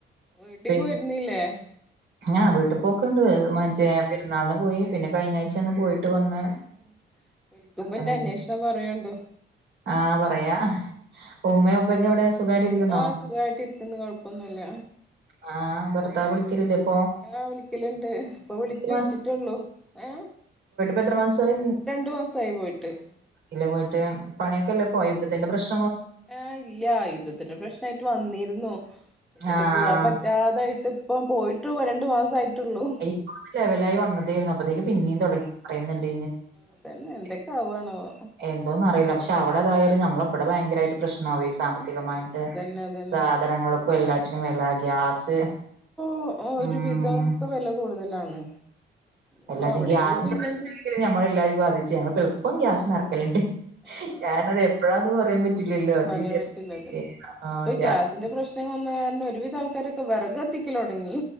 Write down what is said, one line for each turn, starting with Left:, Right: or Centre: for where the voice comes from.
Centre: വീട്ടിക്ക്
Right: പിന്നെ
Centre: പോയ്ര്ന്നില്ലേ.
Right: ആ വീട്ടിൽ പോക്കെുണ്ട് മറ്റേ പെരുന്നാളിന് പോയി പിന്നെ കഴിഞ്ഞ ആഴ്ച്ച ഒന്ന് പോയിട്ട് വന്ന്.
Centre: ആഹ് വിളിക്കുമ്പോ
Right: അങ്ങനെയൊക്കെ
Centre: ഇന്റെ അന്വേഷണം പറയോണ്ടു.
Right: ആ പറയാ ഉമ്മയു ഉപ്പയൊക്കെ എവിടെ. സുഖമായിട്ട് ഇരിക്കുന്നോ
Centre: ആ സുഖായിട്ട് ഇരിക്കുന്നു കൊഴപ്പൊന്നുല്ല.
Right: ആ ഭർത്താവ് വിളിക്കലില്ലേ പ്പം
Centre: ആ വിളിക്കല്ണ്ട് ഇപ്പോ വിളച്ച്
Right: എത്ര
Centre: വെച്ചിട്ടൊള്ളൂ ഏ
Right: എത്രമാസായി
Centre: രണ്ടു മാസായി പോയിട്ട്
Right: ഇല്ല പോയിട്ട് പണിയൊക്കെല്ലെപ്പോ യുദ്ധത്തിന്റെ പ്രശ്നം
Centre: ആ ഇല്ല യുദ്ധത്തിന്റെ പ്രശ്നായിട്ട് വന്നിര്ന്നു എന്നിട്ട്
Right: ആഹ്
Centre: പോവാൻ
Right: ആഹ്
Centre: പറ്റാതായിട്ട് ഇപ്പം പോയിട്ട് വ രണ്ടു മാസായിട്ടൊള്ളൂ
Right: ഇപ്പൊ ലെവലായി വന്നതേയിരുന്നു അപ്പത്തേക്ക് പിന്നേും തുടങ്ങി പറയുന്നുണ്ട്
Centre: അതന്നെ എന്തൊക്കെ
Right: <inaudible>
Centre: ആവാണാവോ
Right: എന്തോന്ന അറിയില്ല പക്ഷെ അവിടെേതായാലും നമ്മള ഇവിടെ ഭയങ്കരമായിട്ട് പ്രശ്ന ണാവേ സാമ്പത്തികമായിട്ട്
Centre: ആഹ് അതന്നെ അതന്നെ
Right: സാധനങ്ങൾക്ക് എല്ലാറ്റിനും വെല ഗ്യാസ്
Centre: ഓ ഒരു
Right: ഉം
Centre: വിദോ പ്പം വെല കൂടുതലാണ് ഇപ്പൊ
Right: എല്ലാര്തും
Centre: അവിടെയും
Right: ഗ്യാസിന്റെ
Centre: കൂടി ഇല്ലെങ്കിൽ
Right: പ്രശ്നാണെങ്കി ഞമ്മള എല്ലാവരിം ബാധിച്ച് ഞങ്ങൾ പ്പം എള്പ്പം ഗ്യാസ് നെറ്ക്കല്ണ്ട്
Centre: ആഹ്
Right: കാരണം അത് എപ്പഴാന്ന് പറയാൻ പറ്റില്ലല്ലോ
Centre: ആഹ്
Right: അത്
Centre: പറയാൻ
Right: വിചാരിച്ച്ട്ടെ
Centre: പറ്റൂലത്
Right: ആ <unintelligible>
Centre: ഇപ്പൊ <unintelligible> ഒരുവിധ ആൾക്കാരൊക്കെ വെറക് കത്തിക്കൽ തൊടങ്ങി